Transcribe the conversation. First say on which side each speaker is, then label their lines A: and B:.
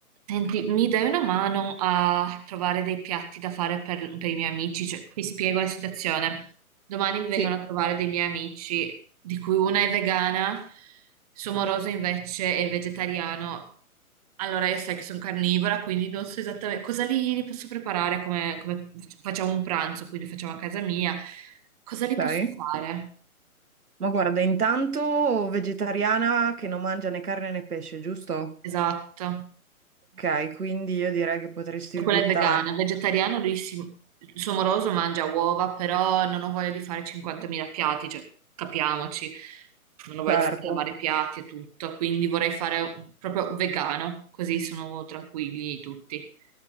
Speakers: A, on the right; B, on the right.
A: Senti, mi dai una mano a trovare dei piatti da fare per, per i miei amici? Cioè, ti spiego la situazione. Domani mi vengono
B: Sì,
A: a trovare dei miei amici, di cui una è vegana, suo moroso invece è vegetariano. Allora, io sai che sono carnivora, quindi non so esattamente cosa li, li posso preparare, come, come facciamo un pranzo, quindi lo facciamo a casa mia. Cosa li
B: ok.
A: posso fare?
B: Ma guarda, intanto vegetariana che non mangia né carne né pesce, giusto?
A: Esatto.
B: Ok, quindi io direi che potresti
A: Cioè, Quella
B: buttare,
A: è vegana, vegetariano lui si, il suo moroso mangia uova, però non ho voglia di fare 50.000 piatti, cioè capiamoci, non ho voglia
B: certo.
A: di lavare i piatti e tutto, quindi vorrei fare un- proprio vegano, così sono tranquilli tutti.